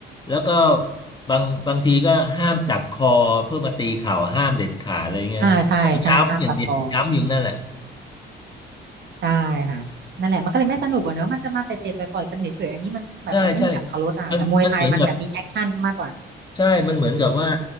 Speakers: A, on the left; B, on the right.
A: แล้วก็บางบางทีก็ห้ามจับคอเพื่อมาตีเข่าห้ามเด็ดขาดอะไรเงี้ยก็ย้ำอย่างเดียวย้ำอยู่นั่นแหละ
B: อ่าใช่ใช่ห้ามจับคองใช่ค่ะนั่นแหละมันก็เลยไม่สนุกอะเนอะมันจะมาเตะๆต่อยๆกันเฉยๆอันนี้มันแบบมันไม่มีอรรถรสอะค่ะแต่มวยไทยมันแบบมีแอคชั่นมากกว่า
A: ใช่ใช่มันมันเหมือนกับใช่มันเหมือนกับว่า